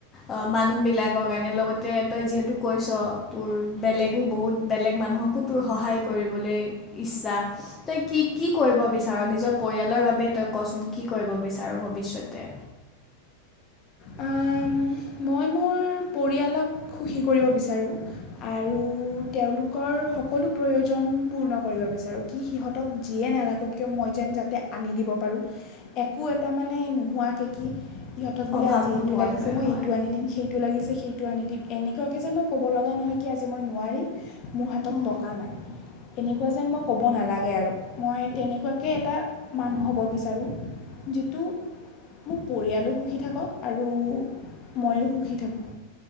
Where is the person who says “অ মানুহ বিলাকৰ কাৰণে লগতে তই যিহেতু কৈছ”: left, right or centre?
Left